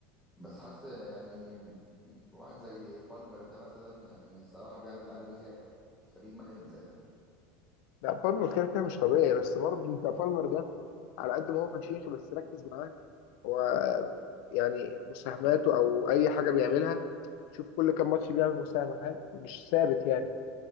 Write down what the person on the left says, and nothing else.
لا بالمر كده كده مش طبيعي بس برضه انت بالمر ده على قد ما هو فشيخ بس ركز معاه هو يعني مساهماته او اي حاجه بيعملها شوف كل كام ماتش بيعمل مساهمه فاهم مش ثابت يعني